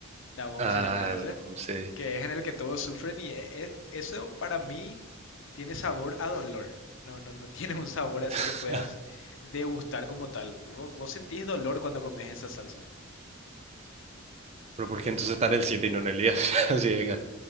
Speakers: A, on the left (about 60°); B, on the right (about 30°).
A: Da Bomb
B: Ah,
A: se llama ese.
B: no sé
A: Que es en el que todos sufren y e- e- eso para mí tiene sabor a dolor. No, no, no <laughs> tiene un sabor así
B: <laughs>
A: que puedas degustar como tal. vos Vos, sentís dolor cuando comes esa salsa.
B: Pero ¿por qué entonces está en el siete y no en el diez <laughs> Así de que,